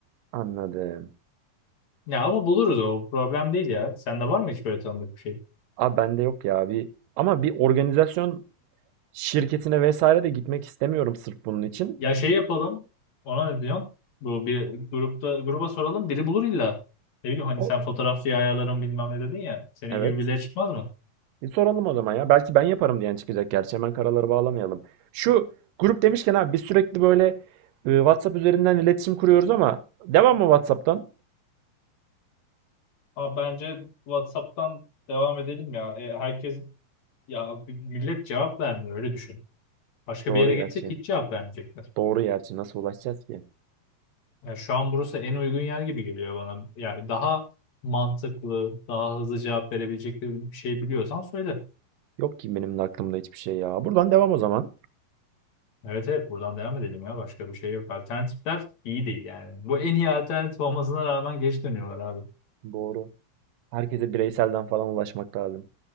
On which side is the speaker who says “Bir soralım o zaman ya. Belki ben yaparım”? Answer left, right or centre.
Right